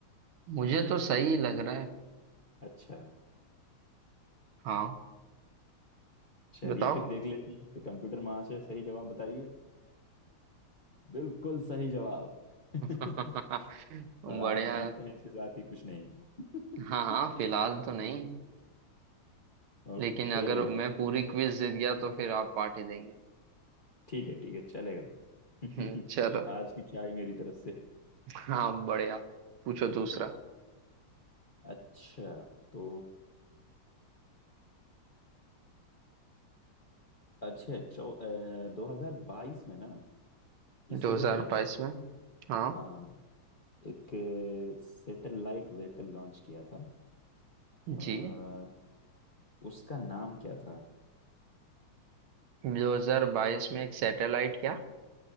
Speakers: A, on the right; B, on the left.
A: मुझे तो सही लग रहा है
B: अच्छा
A: हाँ
B: चलिए
A: बताओ
B: फिर देख लेते हैं तो कंप्यूटर महाशय सही जवाब बताइए बिल्कुल सही जवाब <laughs>
A: <laughs> बढ़िया
B: और आप जीतते हैं इसके साथ ही कुछ नहीं <laughs>
A: हाँ हाँ फिलहाल तो नहीं
B: ओके
A: लेकिन अगर मैं पूरी क्विज जीत गया तो फिर आप पार्टी देंगे
B: ठीक है ठीक है चलेगा <laughs>
A: हम्म, चलो
B: आज की चाय मेरी तरफ से
A: हाँ बढ़िया पूछो दूसरा
B: अच्छा तो अच्छा चौ दो हजार बाईस में ना इसरो
A: 2022
B: ने
A: में हाँ
B: हाँ एक सैटेलाइट व्हीकल लॉन्च किया था अ,
A: जी
B: उसका नाम क्या था
A: 2022 में एक सैटेलाइट क्या